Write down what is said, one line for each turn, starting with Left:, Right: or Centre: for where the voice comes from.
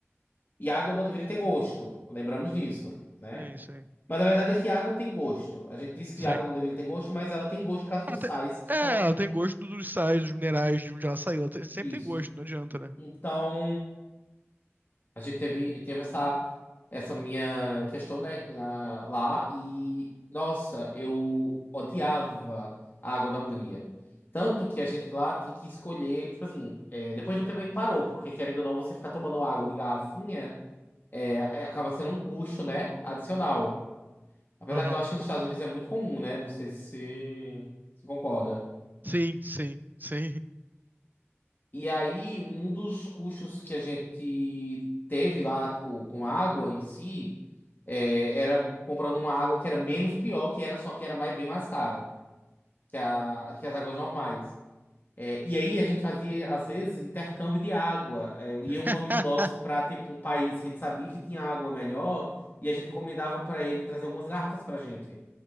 Left: E a água não deveria ter gosto. Lembramos disso, né?
Right: É isso aí.
Left: Mas a verdade é que a água tem gosto. A gente disse que
Right: Sei.
Left: a água não deveria ter gosto, mas ela tem gosto por causa dos
Right: Ela tem-
Left: sais que estão.
Right: É, ela tem gosto dos sais, dos minerais, de onde ela saiu. Ela tem- sempre
Left: Isso.
Right: tem gosto, não adianta, né?
Left: Então. A gente teve, teve essa, essa minha questão, né, na- lá e, nossa, eu odiava a água da Hungria. Tanto que a gente lá tem que escolher, tipo assim, é, depois de um tempo a gente parou, porque querendo ou não, você ficar tomando água de garrafinha é, é- acaba sendo um custo, né, adicional. Apesar
Right: Aham.
Left: que eu acho que nos Estados Unidos é muito comum, né? Não sei se se concorda.
Right: Sim, sim, sim.
Left: E aí, um dos custos que a gente teve lá, tipo, com água em si, é, era comprando uma água que era menos pior, que era só que era mais, bem mais cara que, a, que as águas normais. É, e aí a gente fazia, às vezes, intercâmbio de água. É, ia um
Right: <laughs>
Left: amigo nosso para, tipo, um país que a gente sabia que tinha água melhor, e a gente encomendava para ele trazer algumas garrafas pra gente.